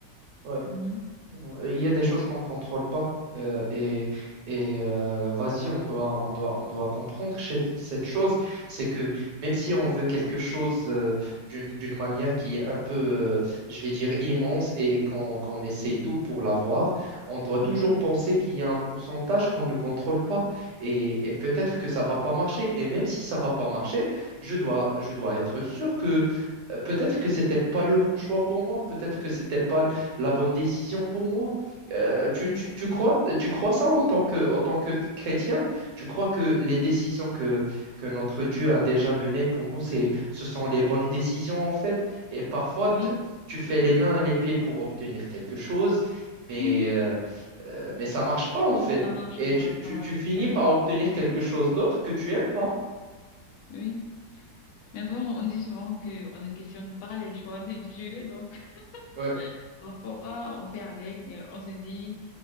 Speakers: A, on the right; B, on the left.
A: ouais.
B: Mhm.
A: Il y a des choses qu'on contrôle pas euh, et et euh, vas-y on doit on doit on doit comprendre cette cette chose c'est que même si on veut quelque chose euh, d'une d'une manière qui est un peu euh, je vais dire immense et qu'on qu'on essaye tout pour l'avoir on doit toujours
B: Oui.
A: penser qu'il y a un pourcentage qu'on ne contrôle pas et, et peut-être
B: Oui.
A: que ça va pas marcher et même si ça va pas marcher je dois je dois être sûr que euh, Peut-être que c'était pas le bon choix pour moi, peut-être que c'était pas la bonne décision pour moi. Euh, tu,
B: Exactement.
A: tu- tu crois, tu crois ça en tant que, en tant que chrétien? Tu crois que les décisions que, que notre Dieu a déjà menées pour nous, c'est, ce sont les bonnes décisions en fait. Et parfois,
B: Oui.
A: t- tu fais les mains et les pieds pour obtenir quelque chose, mais,
B: <laughs>
A: euh, euh, mais ça marche pas en fait.
B: Ça marche
A: Et tu,
B: pas, ça
A: tu-
B: marche
A: tu finis
B: pas.
A: par obtenir quelque chose d'autre que tu aimes pas.
B: Oui. Mais bon, on dit souvent que on ne questionne pas les choix de Dieu, donc
A: Ouais,
B: <laughs> parfois on fait avec, et on se dit,